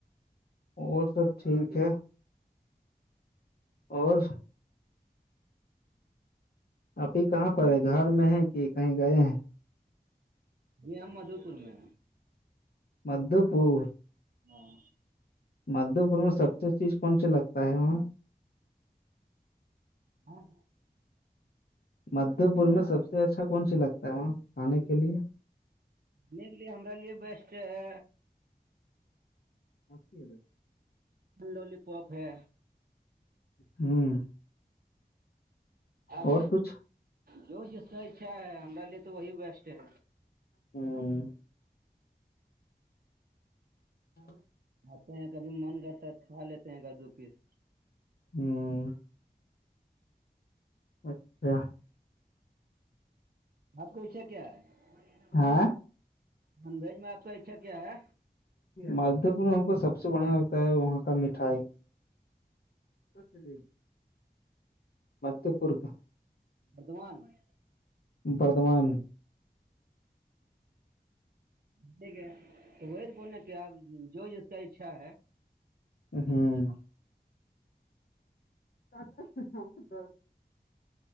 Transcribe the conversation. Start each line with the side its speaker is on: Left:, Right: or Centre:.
Left: اور سب ٹھیک ہے اور ابھی کہاں پر ہے گھر میں ہے کہ کہیں گئے ہیں
Right: جی امدھوپور میں
Left: مدو پور
Right: ہاں
Left: مدھو پور میں سب سے چیز کون سی لگتا ہے وہاں
Right: اور
Left: مدھے پور میں سب سے اچھا کون سی لگتا ہے وہاں کھانے کے لیے
Right: کے لیے ہمر لیے بیسٹ ہے
Left: مسید
Right: لولی پاپ ہے
Left: ہوں
Right: آپ
Left: اور کچھ
Right: جو جس سے اچھا ہے ہمار لیے تو وہی بیسٹ ہے
Left: ہوں ہاں <inaudible>
Right: کھاتے ہیں کبھی من کرتا ہے کھا لیتے ہیں کب دو پیس
Left: ہوں اچھا <unintelligible>
Right: آپ کا اچھا کیا ہے
Left: ہاں
Right: نان ویج میں آپ کا اچھا کیا ہے
Left: مدھے پور میں ہم کو سب سے بڑھیا لگتا ہے وہاں کا مٹھائی چلی مد پورک
Right: بردمان
Left: بردھمان
Right: ٹھیک ہے تو وہی تو بولنا کہ آپ جو جس کا اچھا ہے
Left: ہوں <inaudible>